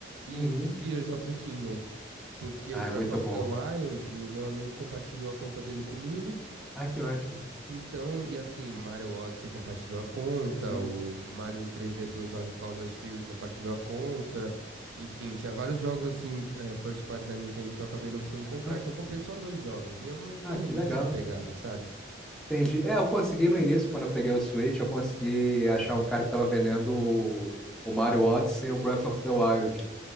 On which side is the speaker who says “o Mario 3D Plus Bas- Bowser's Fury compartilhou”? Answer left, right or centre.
Right